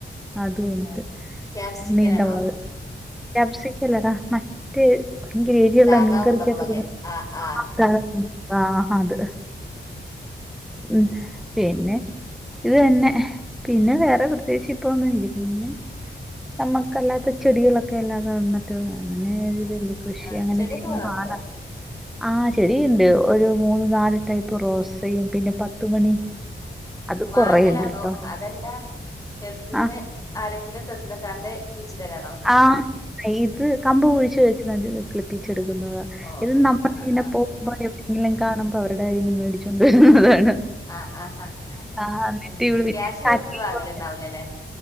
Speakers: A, in the centre; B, on the left (about 15°).
A: അതുംഒണ്ട്
B: ആഹ് ക്യാപ്സിക്കനാണോ
A: നീണ്ട മൊളക് ക്യാപ്‌സിക്കല്ലടാ മറ്റേ ഭയങ്കരഎരിയൊള്ള
B: സാധാ
A: മീൻ കറിക്കാത്തിടുന്നെ
B: ഉണ്ടമുളക് ആഹ് ആഹ്
A: <unintelligible> ആഹ് അത് ഉം പിന്നെ ഇത് തന്നെ പിന്നെ വേറെ പ്രത്യേകിച്ച് ഇപ്പം ഒന്നും ഇല്ല. പിന്നെ നമുക്കല്ലാത്ത ചെടികളൊക്കെ അല്ലാതെ വന്നിട്ട് അങ്ങനെരിതേള്ളു കൃഷി
B: ആഹ്
A: അങ്ങനെ
B: ചെടിയൊക്കെ
A: ചെയ്യാൻ
B: വളർത്തോ
A: പാടാ. ആ ചെടിയ്ണ്ട് ഒരു മൂന്ന് നാല് ടൈപ്പ് റോസയും പിന്നെ പത്തുമണി. അത്
B: വാങ്ങലാണോ?
A: കുറേ ഉണ്ട് കേട്ടോ
B: അതല്ല എട്ത്ത്ന്ന്
A: ആ
B: ആരെങ്കിലും തന്ന്ക്കാണ്ട് കുഴിച്ചിടലാണോ?
A: ആഹ് ഇത് കമ്പ് കുഴിച്ചു വെച്ച്നട്ട്. കിളിപ്പിച്ചെടുക്കുന്നതാ
B: ഓഹ്
A: ഇത് നമ്മളിങ്ങനെ
B: ആഹ് ആഹ്
A: പോ <unintelligible> എവിടെയെങ്കിലും കാണുമ്പ അവരടെ കയ്യീന്ന് മേടിച്ചോണ്ട് വരുന്നതാണ്
B: ആഹ് ആഹാ
A: ആഹ് എന്നിട്ട്
B: ഉം
A: <unintelligible>
B: ക്യാഷ് കൊടുത്ത് വാങ്ങലുണ്ടാവൂലല്ലേ